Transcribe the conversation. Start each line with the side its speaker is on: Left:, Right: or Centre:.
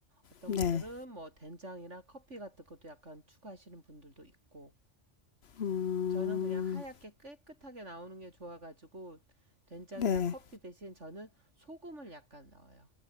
Right: 어떤
Left: 네.
Right: 분들은
Left: 네.
Right: 뭐 된장이나 커피 같은 것도 약간 추가하시는 분들도 있고
Left: 음,
Right: 저는 그냥 하얗게 깨끗하게 나오는 게 좋아가지고 된장이나
Left: 네.
Right: 커피 대신 저는 소금을 약간 넣어요.